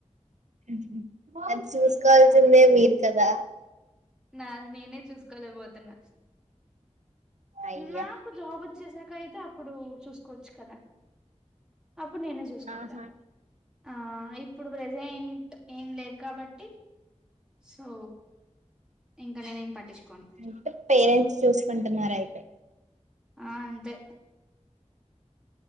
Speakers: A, on the right (about 75°); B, in the centre.
A: మ్మ్ హు అది చూసుకోవాల్సిందే
B: ఆ
A: మీరు కదా
B: నాది నేనే చూసుకోలేకపోతున్నా
A: అయ్యా
B: నాకు జాబ్ వచ్చేసాక అయితే అప్పుడు చూసుకోవచ్చు కదా అప్పుడు నేనే చూసుకుంటా
A: ఆహా
B: ఆ ఇప్పుడు ప్రెజెంట్ ఏం లేదు కాబట్టి సో ఇంకా నేనేం పట్టించుకోను
A: అంటే పేరెంట్స్ చూసుకుంటున్నారు అయితే
B: ఆ అంతే